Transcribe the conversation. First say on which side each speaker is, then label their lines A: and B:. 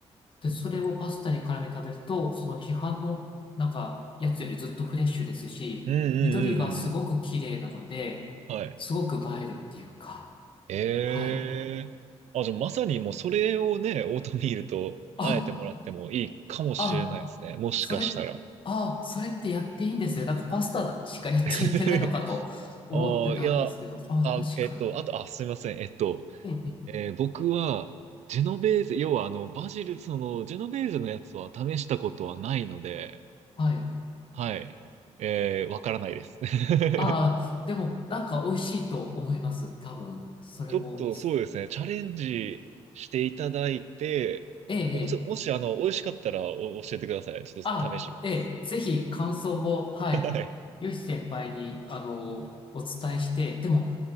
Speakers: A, on the left (about 45°); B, on the right (about 70°).
A: で、それをパスタに絡めて食べると、その批判の、なんか、やつよりずっとフレッシュですし、
B: うんうんうんうんうん。
A: 緑がすごく綺麗なので、
B: はい。
A: すごく映えるっていうか、
B: ええあ、
A: はい。
B: じゃあまさにもうそれをね、オートミールとあえてもらってもいいかもしれないですね。
A: あ、あ、
B: もしかしたら。
A: それ、あ、それってやっていいんですね。なんかパスタしかやっちゃいけないのかと思ってたんですけど、
B: <laughs> ああ、いや、
A: あ、
B: あ、
A: 確かに。
B: えっと、あと、あ、すみません。えっと、
A: ええ、
B: えー僕は、ジェノベーゼ、要はあの、バジル、その、ジェノベーゼのやつは試したことはないので、
A: はい。
B: はい。えーわからないです。<laughs>
A: ああ、でも、なんか美味しいと思います。多分、それも。
B: ちょっとそうですね、チャレンジしていただいて、
A: ええ、
B: おちょもし、
A: ええ
B: あの、美味しかったらお教えてください。ちょっと試します。
A: あ、ええ、ぜひ感想を、はい、
B: <laughs> はい。
A: ヨシ先輩に、あの、お伝えして、でも、